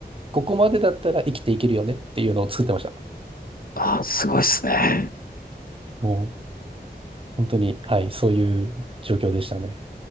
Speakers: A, on the right (about 30°); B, on the left (about 60°).
A: ここまでだったら生きていけるよねっていうのを作ってました。
B: あー、すごいっすね。
A: もう本当に、はい、そういう状況でしたね。